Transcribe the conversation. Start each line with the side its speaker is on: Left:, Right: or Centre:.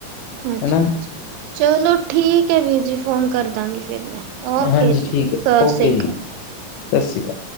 Right: ਅੱਛਾ-ਅੱਛਾ,
Left: ਹੈ ਨਾ
Right: ਚਲੋ ਠੀਕ ਹੈ ਵੀਰ ਜੀ ਫ਼ੋਨ ਕਰ ਦਾਂਗੀ ਫਿਰ ਮੈਂ। ਓਕੇ
Left: ਹਾਂਜੀ,
Right: ਜੀ
Left: ਠੀਕ ਹੈ,
Right: ਸਤਿ
Left: ਓਕੇ
Right: ਸ਼੍ਰੀ ਅਕਾਲ।
Left: ਜੀ ਸਤਿ ਸ਼੍ਰੀ ਅਕਾਲ।